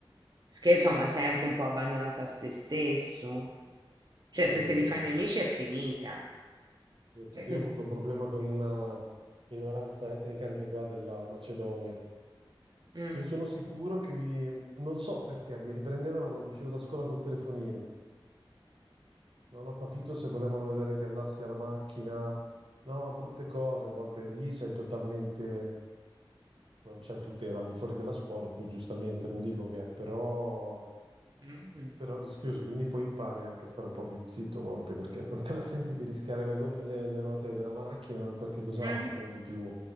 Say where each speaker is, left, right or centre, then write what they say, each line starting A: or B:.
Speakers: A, on the right (about 50°); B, on the right (about 75°).
A: scherzo, ma sei anche un po' abbandonato a te stesso. Cioè,
B: vero,
A: se te
B: è
A: li
B: vero.
A: fai nemici è finita.
B: Sì.
A: Cioè,
B: Io ho avuto un problema con una minoranza etnica anche qua della Macedonia.
A: Mm,
B: Io sono sicuro che mi... non so perché, mi riprendevano quando uscivo da scuola col telefonino. Non ho capito se volevano vedere che andassi alla macchina. No, brutte cose, a volte lì sei totalmente, non c'è tutela al di fuori della scuola, poi giustamente non dico che è, però,
A: mm, mm,
B: però è rischioso, quindi poi impari anche a stare un po' più zitto a volte perché non te la senti di rischiare le gomme- le- le ruote della macchina o qualche cos'altro
A: Eh,
B: di più